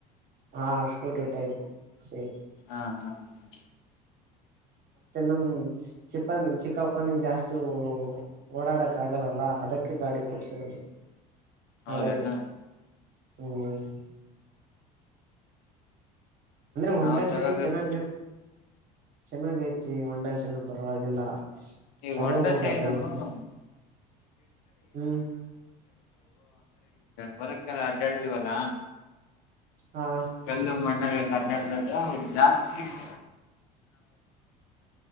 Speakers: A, on the right (about 50°); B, on the left (about 70°).
A: ಹಾ ಸ್ಕೂಟಿ ಟೈಪ್ ಸೇಮ್
B: <unintelligible>
A: ನಮ್ ಚಿಕ್ಕಪ್ಪನಿಗೆ ಜಾಸ್ತಿ ಓಡಾಳ್ಳು ಆಗೋದಿಲ್ಲ ಅದಕ್ಕೆ ಗಾಡಿ ಕೊಡುತ್ತಿರುವುದು
B: ಹೌದೇನಾ
A: ಹಳೆದು <unintelligible> ಹೋಂಡಾ
B: ನಾವ್
A: ಶೈನ್
B: ತಗೋಬೇಕು
A: ಚೆನ್ನಾಗಿರುತ್ತೆ ಚೆನ್ನಾಗೈತಿ ಹೋಂಡಾ ಶೈನ್ ಪರವಾಗಿಲ್ಲ
B: ಹೀಗೂ
A: ತಗೋಬಹುದು
B: ಹೋಂಡಾ ಶೈನ್--ಅಂದ್ರೆ
A: ಅದನ್ನ ಹ್ಮ್
B: ಹೊಲಕ್ಕೆಲ್ಲ ಅಡ್ಡ ಆಡ್ತಿವಲ್ಲ
A: ಹಾ
B: ಕಲ್ಲು ಮಣ್ಣು ಜಾಸ್ತಿ <inaudible>